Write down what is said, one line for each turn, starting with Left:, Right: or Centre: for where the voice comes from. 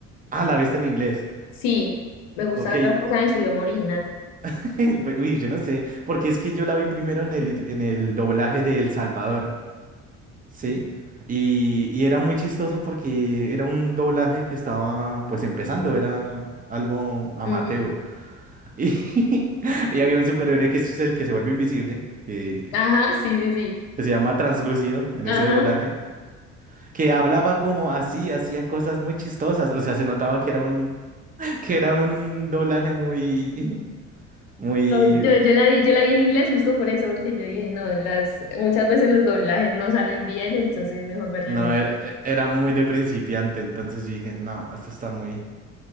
Right: Ah, la viste en inglés.
Left: Sí, me gusta
Right: Ok.
Left: ver las cosas en su idioma original.
Right: <laughs> pues, Uy, yo no sé. Porque es que yo la vi primero en el, en el doblaje de El Salvador. ¿Sí? Y, y era muy chistoso porque era un doblaje que estaba pues empezando, era algo amateur.
Left: Ujú.
Right: Y, <laughs> y había un superhéroe que es el que se vuelve invisible, que,
Left: Ajá, sí, sí, sí.
Right: que se llama Translúcido en
Left: Ajá.
Right: ese doblaje, que hablaba como así, hacía cosas muy chistosas. O sea, se notaba que era un, <laughs> que era un doblaje muy, muy,
Left: No, yo, yo la vi, yo la vi en inglés justo por eso, porque yo dije, no, las, muchas veces los doblajes no salen bien, entonces es mejor verla
Right: no,
Left: en inglés.
Right: e- e- era muy de principiante. Entonces yo dije, no, esto está muy.